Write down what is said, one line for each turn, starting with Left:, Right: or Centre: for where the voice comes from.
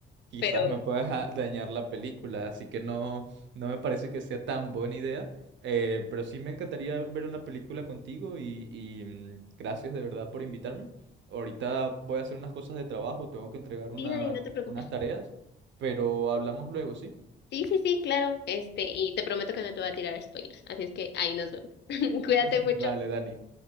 Right: quizás
Left: pero...
Right: me puedas a- <laughs> dañar la película, así que no, no me parece que sea tan buena idea. Eh, pero sí me encantaría ver una película contigo y, y, mm, gracias de verdad por invitarme. Ahorita voy a hacer unas cosas de trabajo, tengo que entregar una-
Left: Mira, y no te preocupes.
Right: unas tareas, pero hablamos luego, ¿sí?
Left: Sí, sí, sí, claro. Este, y te prometo que no te voy a tirar spoilers. Así es que ahí nos vemos. <laughs>
Right: <laughs>
Left: Cuídate mucho.
Right: Dale, Dani.